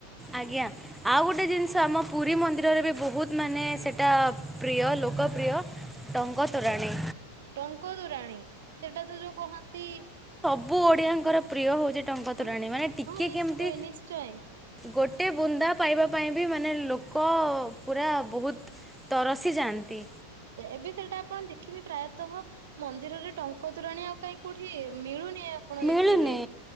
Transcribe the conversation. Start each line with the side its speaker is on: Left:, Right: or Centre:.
Centre: ଆଜ୍ଞା ଆଉ ଗୋଟେ ଜିନିଷ ଆମ ପୁରୀ ମନ୍ଦିରରେ ବି ବହୁତ ମାନେ ସେଟା ପ୍ରିୟ ଲୋକପ୍ରିୟ ଟଙ୍କତୋରାଣୀ।
Right: ଟଙ୍କ ତୋରାଣୀ। ସେଟା ତ ଯୋଉ କହନ୍ତି
Centre: ବୁ ଓଡିଆଙ୍କର ପ୍ରିୟ ହଉଚି। ଟଙ୍କା
Right: ହଁ
Centre: ତୋରାଣି ମାନେ ଟିକେ
Right: ହଁ ନିଶ୍ଚୟ
Centre: କେମିତି
Right: ନିଶ୍ଚୟ
Centre: ଗୋ ଟେ ବୁନ୍ଦା ପାଇବା ପାଇଁ ବି ମାନେ ଲୋକ ପୁରା ବହୁତ ତରସି ଯାଆନ୍ତି।
Right: ତ ଏବେ ସେଇଟା ଆପଣ ଦେଖିବେ ପ୍ରାୟତଃ ମନ୍ଦିରରେ ଟଙ୍କ ତୋରାଣି ଆଉ କାହିଁ କୋଉଠି ମିଳୁ ନି ଆପଣ ଦେଖିବେ
Centre: ମିଳୁନି